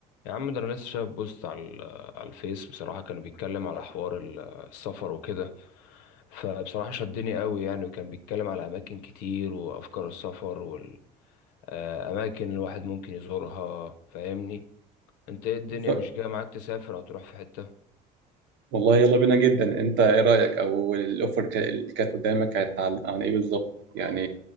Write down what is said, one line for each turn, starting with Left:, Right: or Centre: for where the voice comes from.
Left: يا عم ده انا لسه شايف بوست على ال- على الفيس بصراحه كانوا بيتكلم على حوار ال- السفر وكده فبصراحه شدني قوي يعني وكان بيتكلم على اماكن كتير وافكار السفر والاماكن اللي الواحد ممكن يزورها فاهمني انت ايه الدنيا
Right: ف...
Left: مش جايه معاك تسافر او تروح في حته
Right: والله يلا بينا جدا انت ايه رأيك او الاوفر ك- اللي كانت قدامك كانت عن, عن ايه بالظبط يعني